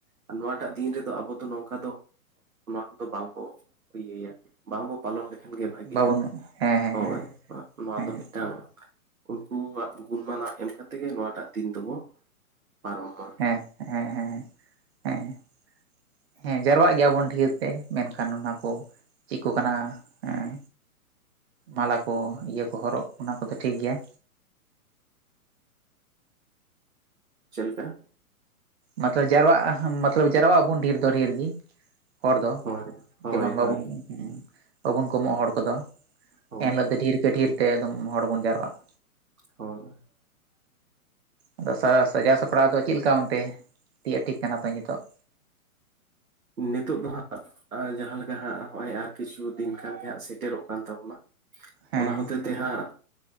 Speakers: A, on the right; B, on the right.
A: ᱟᱨ ᱱᱚᱣᱟᱴᱟᱜ ᱫᱤᱱ ᱨᱮᱫᱚ ᱟᱵᱚ ᱫᱚ ᱱᱚᱝᱠᱟ ᱫᱚ ᱚᱱᱟ ᱠᱚᱫᱚ ᱵᱟᱝ ᱠᱚ ᱤᱭᱟᱹᱭᱟ ᱾ ᱵᱟᱝᱵᱚ ᱯᱟᱞᱚᱱ ᱞᱮᱠᱷᱟᱱᱜᱮ ᱵᱷᱟᱹᱜᱤᱜᱼᱟ,
B: ᱵᱟᱵᱚᱱ ᱦᱮᱸ ᱦᱮᱸ
A: ᱦᱚᱭ
B: ᱦᱮᱸ
A: ᱱᱚᱣᱟ
B: ᱦᱮᱸ
A: ᱫᱚ ᱢᱤᱫᱼᱼ ᱴᱟᱝ ᱩᱱᱠᱩᱣᱟᱜ ᱜᱩᱱᱢᱟᱱᱟᱜ ᱮᱢ ᱠᱟᱛᱮ ᱜᱮ ᱱᱚᱣᱟᱴᱟᱜ ᱫᱤᱱ ᱫᱚᱵᱚ ᱯᱟᱨᱚᱢ ᱢᱟ ᱾
B: ᱦᱮᱸ ᱦᱮᱸ ᱦᱮᱸ ᱦᱮᱸ
A: <inaudible>
B: ᱦᱮᱸ ᱡᱟᱨᱚᱣᱟᱜ ᱜᱮᱭᱟᱵᱚᱱ ᱰᱷᱮᱨᱛᱮ ᱢᱮᱱᱠᱷᱟᱱ ᱚᱱᱟ ᱠᱚ ᱪᱮᱫ ᱠᱚ ᱠᱟᱱᱟ, ᱦᱮᱸ ᱢᱟᱞᱟ ᱠᱚ ᱤᱭᱟᱹ ᱠᱚ ᱦᱚᱨᱚᱜ ᱚᱱᱟ ᱠᱚᱫᱚ ᱴᱷᱤᱠ ᱜᱮᱭᱟ।
A: ᱪᱮᱫ ᱞᱮᱠᱟ?
B: ᱢᱚᱛᱞᱚᱵ ᱡᱟᱨᱣᱟᱜ ᱢᱚᱛᱞᱚᱵ ᱡᱟᱨᱣᱟᱜ ᱟᱵᱚᱱ ᱰᱷᱤᱨ ᱫᱚ ᱰᱷᱤᱨ ᱜᱤ। ᱦᱚᱲ ᱫᱚ
A: ᱦᱳᱭ ᱦᱳᱭ
B: ᱡᱮᱢᱚᱱ ᱵᱟᱵᱚᱱ
A: ᱦᱳᱭ
B: ᱵᱟᱵᱚᱱ ᱠᱚᱢᱚᱜ-ᱟ ᱦᱚᱲ ᱠᱚᱫᱚ,
A: ᱦᱳᱭ
B: ᱮᱱᱦᱤᱞᱚᱜ ᱫᱚ ᱰᱷᱤᱨ ᱠᱮ ᱰᱷᱤᱨ ᱛᱮ ᱮᱫᱚᱢ ᱦᱚᱲ ᱵᱚᱱ ᱡᱟᱨᱣᱟᱜᱼᱟ।
A: ᱦᱳᱭ।
B: ᱟᱫᱚ ᱥᱟᱡᱟᱣ ᱥᱟᱯᱲᱟᱣ ᱫᱚ ᱪᱮᱫ ᱞᱮᱠᱟ ᱚᱱᱛᱮ? ᱛᱤ ᱟᱴᱷᱤᱠ ᱠᱟᱱᱟ ᱛᱚ ᱱᱤᱛᱚᱜ।
A: ᱱᱤᱛᱚᱜ ᱫᱚ ᱦᱟᱸᱜ ᱡᱟᱸᱦᱟ ᱞᱮᱠᱟ ᱦᱟᱸᱜ ᱱᱚᱜᱼᱚᱭ ᱟᱨ ᱠᱤᱪᱷᱩ ᱫᱤᱱ ᱠᱷᱟᱱ ᱜᱮ ᱦᱟᱸᱜ ᱥᱮᱴᱮᱨᱚᱜ ᱠᱟᱱ ᱛᱟᱵᱚᱱᱟ ᱾
B: ᱦᱮᱸ
A: ᱚᱱᱟ ᱦᱚᱛᱮ ᱛᱮ ᱦᱟᱸᱜ